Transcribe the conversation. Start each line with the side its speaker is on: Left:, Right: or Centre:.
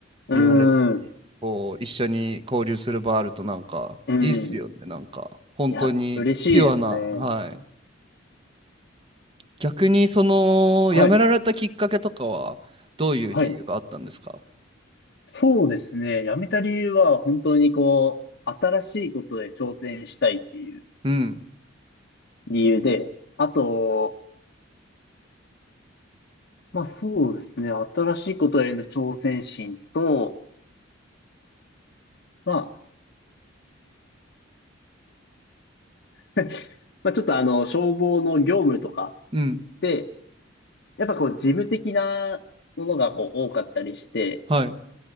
Left: うーん、
Right: 見られたり、
Left: う
Right: こう、一緒に交流する場あるとなんか、
Left: ん。
Right: いいっすよね、なんか、本当にピュアな、
Left: いや、嬉しいですね。
Right: はい。逆に、その、
Left: はい、
Right: 辞められたきっかけとかは、どういう理由があったんですか
Left: はい。そうですね。辞めた理由は、本当にこう、新しいことで挑戦したいっていう
Right: うん、
Left: 理由で、あと、まあそうですね。新しいことへの挑戦心と、まあ、<laughs> まあ、ちょっとあの、消防の業務とか
Right: うん、
Left: って、やっぱこう、事務的なものがこう多かったりして、
Right: はい、